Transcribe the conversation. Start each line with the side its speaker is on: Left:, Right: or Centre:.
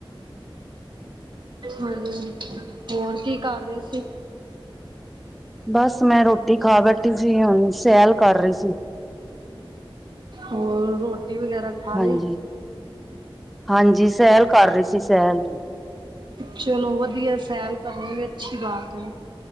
Right: ਹਾਂਜੀ, ਹੋਰ ਕੀ ਕਰ ਰੇ ਸੀ।
Centre: ਬਸ ਮੈਂ ਰੋਟੀ ਖਾ ਬੈਠੀ ਸੀ ਹੁਣ ਸੈਲ ਕਰ ਰੀ ਸੀ
Right: ਹੋਰ ਰੋਟੀ ਵਗੈਰਾ ਖਾ
Centre: ਹਾਂਜੀ,
Right: ਲਈ?
Centre: ਹਾਂਜੀ ਸੈਲ ਕਰ ਰਹੀ ਸੀ ਸੈਲ।
Right: ਚਲੋ ਵਧੀਐ ਸੈਲ ਕਰਨੀ ਅੱਛੀ ਬਾਤ ਐ।